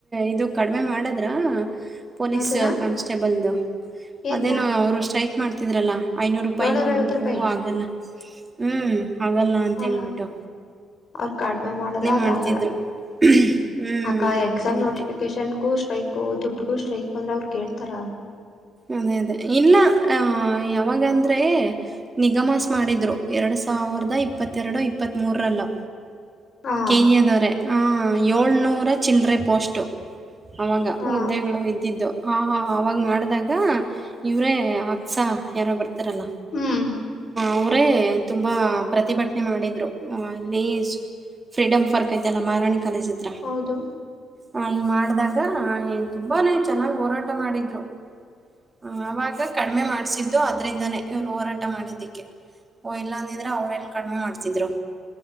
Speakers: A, on the right; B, on the left.
A: ಇದು ಕಡಿಮೆ ಮಾಡದ್ರ ಪೊಲೀಸ್
B: ಯಾವ್ದನ
A: ಕಾನ್ಸ್ಟೇಬಲ್ದು
B: ಏನ್ನ
A: ಅದೇನು ಅವರು ಸ್ಟ್ರೈಕ್ ಮಾಡ್ತಿದ್ರಲ್ಲ. ಐನೂರು ರೂಪಾಯಿ
B: ಏಳ್ನೂರ ಐವತ್ತು
A: ದುಡ್ಡು
B: ರೂಪಾಯಿ
A: ಆಗಲ್ಲ ಹ್ಞೂ ಆಗಲ್ಲ ಅಂತೇಳ್ಬಿಟ್ಟು.
B: ಹ ಅವ್ರ ಕಡಿಮೆ ಮಾಡಲ್ಲ ಅದ
A: ಮಾಡ್ತಿದ್ರು
B: ಆಗಲ್ಲ
A: ಹ್ಮ್
B: ಅಕ ಎಕ್ಸಾಮ್
A: ಅದಕ್ಕೆ
B: ನೋಟಿಫಿಕ ಕೇಷನ್ಗೂ ಸ್ಟ್ರೈಕ್ ದುಡ್ಗೂ ಸ್ಟ್ರೈಕ್ ಅಂದ್ರೆ ಅವ್ರು ಕೇಳ್ತಾರ.
A: ಅದೇ ಅದೇ ಇಲ್ಲ ಯಾವಾಗಂದರೆೆ ನಿಗಮಾಸ್ ಮಾಡಿದರು ಎರಡು ಸಾವಿರದ ಇಪ್ಪತ್ತೆರಡು ಇಪ್ಪತ್ತ್ಮೂರರಲ್ಲೊ
B: ಹಾ
A: ಕೆ ಎ ದವರೆ ಆ ಏಳ್ನೂರ ಚಿಲ್ಲ್ರೆ ಪೋಸ್ಟು. ಅವಾಗ
B: ಹಾ
A: ಹುದ್ದೆಗಳು ಇದ್ದಿದ್ದು ಆ ಹಾ ಹಾ ಅವಾಗ ಮಾಡ್ದಾಗ ಗ ಇವ್ರೇ ಆಕ್ಸಾ ಯಾರೊ ಬರ್ತಾರಲ್ಲ.
B: ಹ್ಮ್
A: ಅವ್ರೇ ತುಂಬಾ ಪ್ರತಿಭಟನೆ ಮಾಡಿದ್ರು ಅಲ್ಲಿ ಸು ಫ್ರೀಡಂ ಪಾರ್ಕ್ ಐತಲ್ಲ ಮಹಾರಾಣಿ ಕಾಲೇಜ ಹತ್ರ
B: ಹೌದು
A: ಅ ಅಲ್ಲ ಮಾಡ್ದಾಗ ತುಂಬಾನೇ ಚೆನ್ನಾಗ್ ಹೋರಾಟ ಮಾಡಿದ್ರು. ಹ್ಮ್ ಅವಾಗ ಕಡಿಮೆ ಮಾಡ್ಸಿದ್ದು ಅದ್ರಿಂದಾನೇ ಇವ್ರು ಹೋರಾಟ ಮಾಡಿದ್ದಿಕ್ಕೆ. ಓ ಇಲ್ಲ ಅಂದಿದ್ರೆ ಅವ್ರೆಲ್ ಕಡ್ಮೆ ಮಾಡ್ತಿದ್ರು.